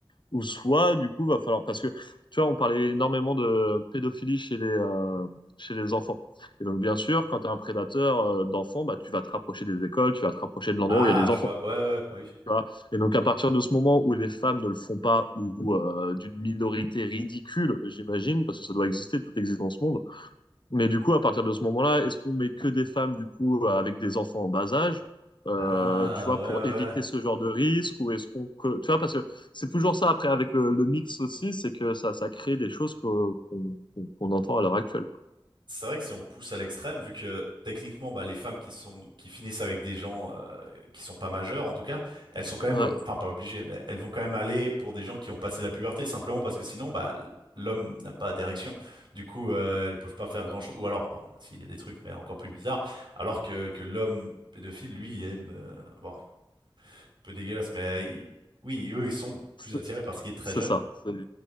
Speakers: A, on the left; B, on the right.
A: ou soit du coup va falloir parce que tu vois, on parlait énormément de pédophilie chez les, euh, chez les enfants. Et donc, bien sûr, quand tu es un prédateur euh, d'enfants, bah, tu vas te rapprocher des écoles, tu vas te rapprocher de l'endroit
B: Ah,
A: où il y a des
B: je
A: enfants.
B: vois. Ouais, ouais, ouais, bah oui.
A: tu vois. Et donc, à partir de ce moment où les femmes ne le font pas ou euh, d'une minorité ridicule, j'imagine, parce que ça doit exister, tout existe dans ce monde mais du coup, à partir de ce moment-là, est-ce qu'on met que des femmes, du coup, euh, avec des enfants en bas âge, euh,
B: Ah,
A: tu vois, pour
B: ouais, ouais,
A: éviter
B: ouais.
A: ce genre de risque, ou est-ce qu'on, que- tu vois, parce que c'est toujours ça après avec le, le mix aussi, c'est que ça, ça crée des choses que- qu'on qu'on- qu'on entend à l'heure actuelle. quoi.
B: C'est vrai que si on pousse à l'extrême, vu que techniquement, bah, les femmes qui sont qui finissent avec des gens euh, qui sont pas majeurs, en tout cas, elles sont quand même,
A: Ouais,
B: ob- enfin pas obligées, mais elles vont quand même aller pour des gens qui ont passé la puberté, simplement parce que sinon, bah, l'homme n'a pas d'érection. Du coup, euh, elles peuvent pas faire grand-chose. Ou alors, bon, s'il y a des trucs, mais encore plus bizarres, alors que que l'homme pédophile, lui, il aime, euh, bon, un peu dégueulasse, mais il- oui, eux, ils sont plus
A: c'est
B: attirés par ce qui est très
A: c'est
B: jeune.
A: ça, c'est